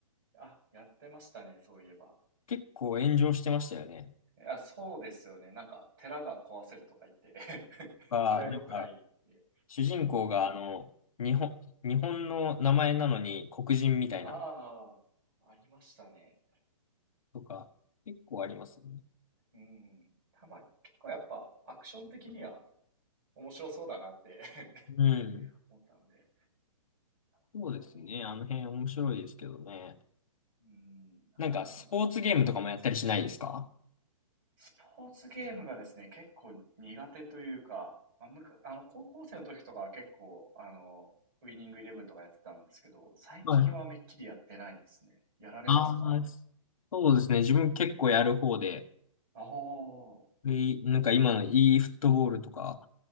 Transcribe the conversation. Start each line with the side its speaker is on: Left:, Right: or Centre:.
Right: あ、やってましたね、そういえば。
Left: 結構炎上してましたよね。
Right: いや、そうですよね。なんか寺が壊せるとか言って <laughs>
Left: が、
Right: それは良くないって
Left: なんか、主人公があの、日本、日本の名前なのに黒人みたいな
Right: ああ、ありましたね。
Left: とか、結構ありますよね。
Right: うん。たま、結構やっぱアクション的には面白そうだなって
Left: うん。
Right: <laughs> 思ったので。なるほど。
Left: そうですね。あの辺面白いですけどね。
Right: うん、なるほど、
Left: なんか、スポーツゲームとかもやったりしないですか
Right: なるほど。スポーツゲームがですね、結構苦手というか、まあ、むか、あの、高校生の時とかは結構、あの、ウイニングイレブンとかやってたんですけど、最近はめっきりやってないですね。
Left: はい。
Right: やられますか
Left: ああ、そうですね。自分結構やる方で、
Right: ああ、
Left: えーなんか今の e フットボールとか、